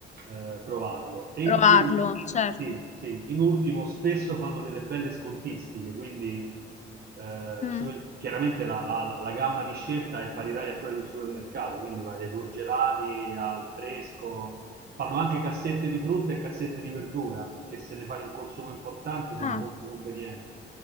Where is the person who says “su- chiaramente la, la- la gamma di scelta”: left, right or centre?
Right